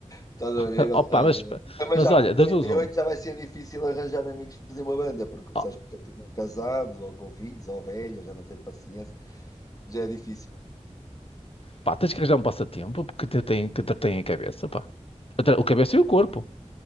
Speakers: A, on the left; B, on the left.
A: Estás a
B: <laughs>
A: ver? Ou
B: Opa,
A: seja,
B: mas,
A: também
B: mas
A: já
B: olha,
A: com quarenta
B: das duas
A: e
B: uma.
A: oito já vai ser difícil arranjar amigos para fazer uma banda, porque o pessoal
B: Ó,
A: já está tudo casado, ou com filhos, ou velho, já não tem paciência, já é difícil.
B: pá, tens que arranjar um passatempo porque te tem, que te tem a cabeça, pá. Atra- O cabeça e o corpo.